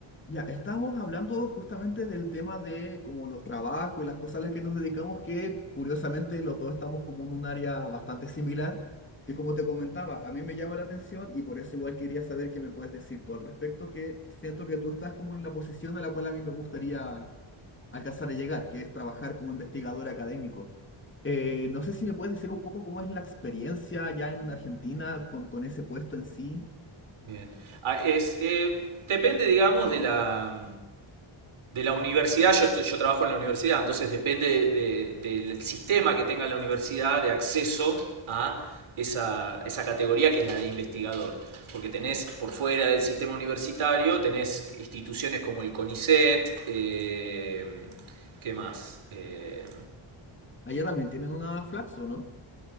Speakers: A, on the left; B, on the right.
A: Ya, estamos hablando justamente del tema de como los trabajos y las cosas a las que nos dedicamos, que curiosamente los dos estamos como en un área bastante similar, que como te comentaba, a mí me llama la atención y por eso igual quería saber qué me puedes decir tú al respecto, que siento que tú estás como en la posición a la cual a mí me gustaría alcanzar a llegar, que es trabajar como investigador académico. Eh, no sé si me puedes decir un poco cómo es la experiencia allá en Argentina con, con ese puesto en sí.
B: Bien. Ah, es, eh, depende, digamos, de la, de la universidad. Yo, estoy- yo trabajo en la universidad, entonces depende de- de- del sistema que tenga la universidad de acceso a esa, esa categoría que es la de investigador. Porque tenés por fuera del sistema universitario, tenés instituciones como el CONICET, eh, ¿qué más? Eh,
A: Allá también tienen una Flaxo, ¿no?